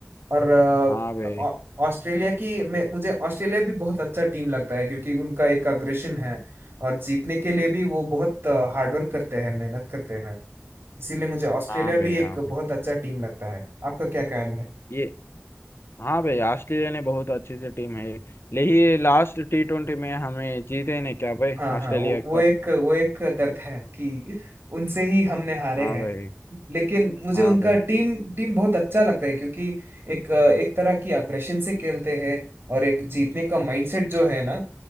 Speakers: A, on the right; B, on the left.
A: और अ,
B: हाँ भाई
A: ऑ- ऑस्ट्रेलिया की मैं मुझे ऑस्ट्रेलिया भी बहुत अच्छा टीम लगता है क्योंकि उनका एक अग्रेशन है और जीतने के लिए भी वो बहुत हार्डवर्क करते हैं मेहनत करते हैं इसीलिए मुझे ऑस्ट्रेलिया
B: हाँ भाई
A: भी एक
B: हाँ भाई
A: बहुत अच्छा टीम लगता है आपका क्या कहना है
B: ये हाँ भाई ऑस्ट्रेलिया ने बहुत अच्छी सी टीम है लेकिन लास्ट टी ट्वेंटी में हमें जीते नहीं क्या भाई
A: हाँ
B: ऑस्ट्रेलिया
A: हाँ वो,
B: के
A: वो
B: पास
A: एक वो एक दर्द है कि उनसे ही हमने हारे
B: हाँ
A: हैं
B: भाई
A: लेकिन मुझे
B: हाँ
A: उनका
B: भाई
A: टीम टीम बहुत अच्छा लगता है क्योंकि एक एक तरह की अग्रेशन से खेलते हैं और एक जीतने का माइंडसेट जो है ना